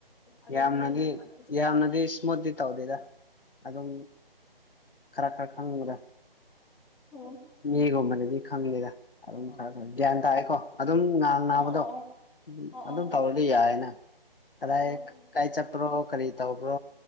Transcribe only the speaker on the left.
ꯌꯥꯝꯅꯗꯤ
ꯌꯥꯝꯅꯗꯤ ꯏꯁꯃꯨꯠꯇꯤ ꯇꯧꯗꯦꯗ ꯑꯗꯨꯝ ꯈꯔ ꯈꯔ ꯈꯪꯕꯗ
ꯃꯤꯒꯨꯝꯕꯅꯗꯤ ꯈꯪꯅꯤꯗ ꯑꯗꯨꯝ ꯈꯔ ꯈꯔ
ꯒ꯭ꯌꯥꯟ ꯇꯥꯑꯦꯀꯣ ꯉꯥꯡ ꯅꯥꯕꯗꯣ
ꯑꯗꯨꯝ ꯇꯧꯔꯗꯤ ꯌꯥꯏꯅ ꯀꯗꯥꯏ
ꯀꯥꯏ ꯆꯠꯄ꯭ꯔꯣ ꯀꯔꯤ ꯇꯧꯕ꯭ꯔꯣ